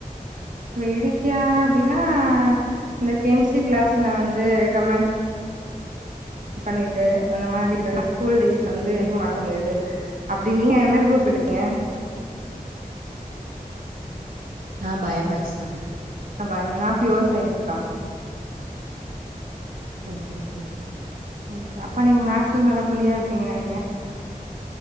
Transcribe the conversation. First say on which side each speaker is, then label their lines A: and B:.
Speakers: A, on the right (about 65°); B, on the right (about 80°).
A: வேடிக்கையா அப்டின்னா இந்த கேம்ஸ்சி கிளாஸ்ல வந்து கமண்ட் பண்ணிட்டு அந்த மாரி <inaudible> ஸ்கூல் டேஸ் வந்து மறக்க முடியாது அப்டி நீ என்ன குரூப் எடுத்திய
B: நா பயோமேக்ஸ் தாங்க
A: நா பயோ நா பியோர் சய்ன்ஸ்கா
B: ஓகே ஓகே
A: சேரி அப்ப நீங்க மேக்ஸ்ல நல்லா புலியா இருப்பீங்க நெனைக்கே